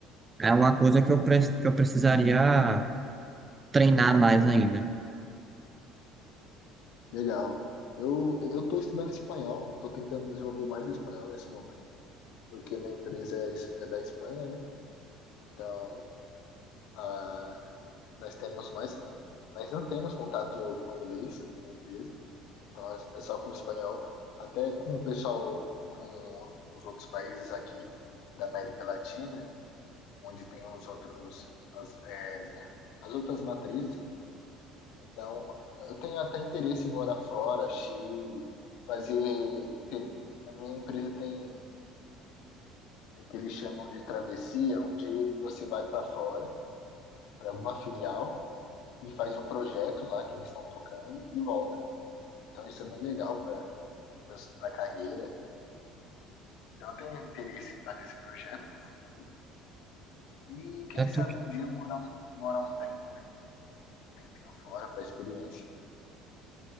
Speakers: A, on the right; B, on the left.
A: É uma coisa que eu, pre- que eu precisaria treinar mais ainda.
B: Legal. Eu eu estou estudando espanhol, estou tentando desenvolver mais o espanhol nesse momento, porque minha empresa é, es- é da Espanha, né? Então, ah, nós temos mais, nós não temos contato com o inglês na minha empresa, então é, é só com o espanhol, até com o pessoal, com os outros países aqui da América Latina, onde tem os outros, as, é, as outras matrizes, Então, eu tenho até interesse em morar fora, Chile, fazer. inte- A minha empresa tem é o que eles chamam de travessia, onde você vai para fora, para alguma filial, e faz um projeto lá que eles estão tocando e volta. Então, isso é bem legal para a carreira. Então, eu tenho interesse em fazer esse projeto no futuro. E quem
A: Eu,
B: sabe
A: tô-
B: um dia morar um, morar um tempo, né? Um Tempinho fora para experiência.